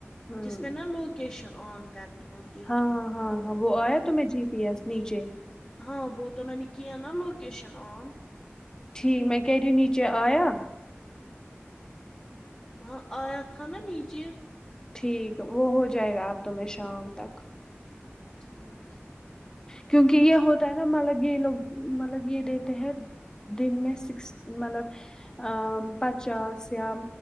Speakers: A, on the left; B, on the left.
A: ہوں
B: جس میں نا لوکیشن آن کرنی ہوت
A: ہاں ہاں ہاں ہاں وہ آیا تو میں جی پ یس نیچے
B: ہاں وہ تو میں نے کیا نہ لوکیشن آن
A: ٹھیک میں کیریو نیچے آیا
B: وہاں آیا تھا نا نیچے
A: ٹھیک وہ ہو جائے گا آپ تو میں شام تک
B: ٹھیک
A: کیوکی یہ ہوتا ہے نا مطلب یہ لوگ مطلب یہ دیتے ہیں دن میں سکس مطلب ا پچاس یا